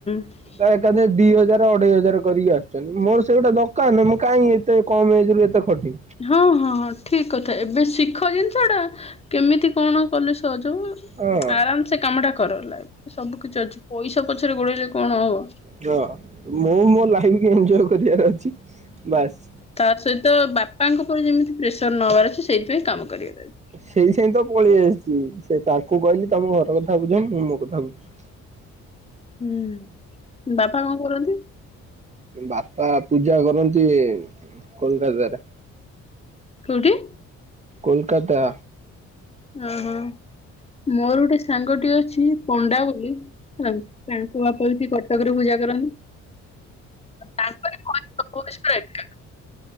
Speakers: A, on the left; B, on the right.
A: ହୁଁ।
B: ଏକାଥରେ ଦି ହଜାରେ ଅଢେଇ ହଜାରେ କରିକି ଆସୁଚନ୍ତି ମୋର ସେଇଗୁଡ଼ା ଦରକାର୍ ନାହିଁ ମୁଁ କାହିଁ ଏତେ କମ୍ ଏଜରୁ ଏତେ ଖଟି
A: ହଁ ହଁ ହଁ ଠିକ୍ କଥା ଏବେ ଶିଖ ଜିନିଷଟା କେମିତି କଣ କଲେ ସହଜ ହବ
B: ହଁ।
A: ଆରାମସେ କାମଟା କର ଲାଇଫରେ ସବୁ କିଛି ଅଛି ପଇସା ପଛରେ ଗୋଡ଼େଇଲେ କଣ ହବ।
B: ହଁ ମୁଁ ମୋଲାଇଫକି ଏଞ୍ଜୟ୍ କରିବାର ଅଛି ବାସ୍।
A: ତା ସହିତ ବାପାଙ୍କ ଉପରେ ଯେମିତି ପ୍ରେସର ନହବାର ଅଛି ସେଇଥିପାଇଁ କାମ କରିବାର ଅଛି।
B: ସେଇ ସେଇତ ପଳେଇ ଆସିଚି ସେତାକୁ କହିଲି ତମେ ଘର କଥା ବୁଝ ମୁଁ ମୋକଥା ବୁଝୁଚି।
A: ହୁଁ ବାପା କଣ କରନ୍ତି?
B: ବାପା ପୂଜା କରନ୍ତି କୋଲକତାରେ।
A: କୋଉଠି?
B: କୋଲକାତା।
A: ଅଁ ହଁ ମୋର ଗୋଟେ ସାଙ୍ଗଟିଏ ଅଛି ପଣ୍ଡା ବୋଲି ତା ତାଙ୍କ ବାପାବି ସେଇ କଟକରେ ପୂଜା କରନ୍ତି। ତାଙ୍କରି <unintelligible> ସବୁ ଏକା।